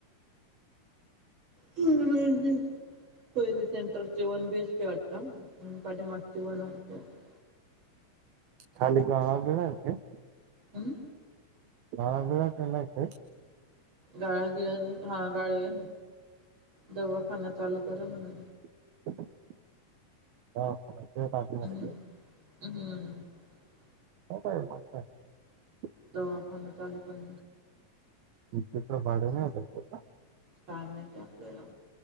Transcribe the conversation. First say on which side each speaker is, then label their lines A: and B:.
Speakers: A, on the right; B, on the right.
A: <inaudible>
B: <unintelligible> पहिले सेंटर चे वन बी एच के है वाटत. पाठी मागचे वन आर के हाईत.
A: खाली गाळा बिळा हे काय?
B: अम्म
A: गाळाबीळा केलाय काही?
B: गाळा बिळा नही. हा गाळे आहे ना. दवाखाना चालू करन ना.
A: <unintelligible>
B: हम्म हम्म
A: <unintelligible>
B: दवाखान्यात आलो पण
A: <unintelligible>
B: काय माहिती आपल्याला.